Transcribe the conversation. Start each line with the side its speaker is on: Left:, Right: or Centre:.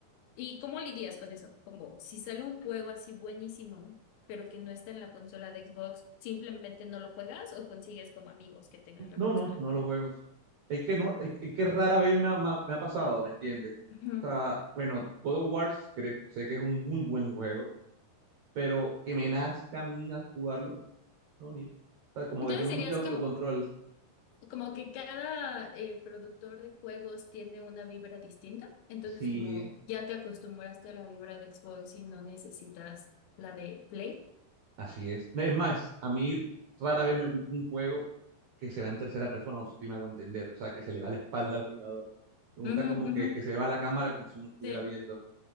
Left: ¿Y cómo lidias con eso? Como si sale un juego así buenísimo, pero que no está en la consola de Xbox, ¿simplemente no lo juegas o consigues como amigos que tengan la
Right: No,
Left: consola?
Right: no, no los juegos. Es que no, es, es que rara vez me ha, me ha- me ha pasado, ¿me entiendes?
Left: Ujú.
Right: O sea, bueno, God of War cre- sé que es un muy buen juego, pero que me nazca a mí a jugarlo, no, no, ni. O sea, como
Left: Entonces
Right: que tengo
Left: dirías
Right: mucho autocontrol.
Left: que como que cada eh, productor de juegos tiene una vibra distinta, entonces
Right: Sí,
Left: como ya te acostumbraste a la vibra de Xbox y no necesitas la de Play.
Right: así es. No, Es más, a mí rara vez me gusta un juego que se va en tercera persona, no sé si me hago entender, o sea, que se le va la espalda al jugador. Me gusta
Left: Ujú,
Right: como
Left: ujú.
Right: que, que se le va la cámara como si uno estuviera
Left: Sí,
Right: viendo.